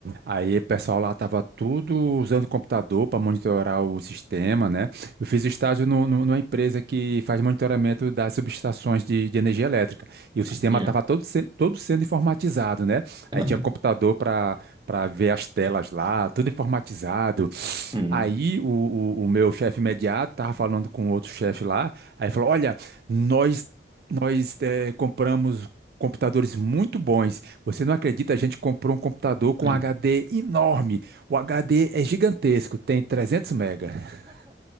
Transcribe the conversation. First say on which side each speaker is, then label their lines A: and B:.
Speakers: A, on the right; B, on the right.
A: Aí o pessoal lá tava tudo usando computador para monitorar o sistema, né? Eu fiz estágio no, no- numa empresa que faz monitoramento das subestações de, de energia elétrica. E o sistema
B: Yeah.
A: tava todo, se- todo sendo informatizado, né?
B: Aham.
A: Aí tinha
B: Hum.
A: computador para para ver as telas lá, tudo informatizado.
B: <laughs>
A: Aí o, o, o meu chefe imediato tava falando com outro chefe lá, aí falou: Olha, nós nós eh, compramos computadores muito bons. Você não acredita, a gente comprou um computador com
B: Hum.
A: HD enorme. O HD é gigantesco, tem 300 mega. <laughs>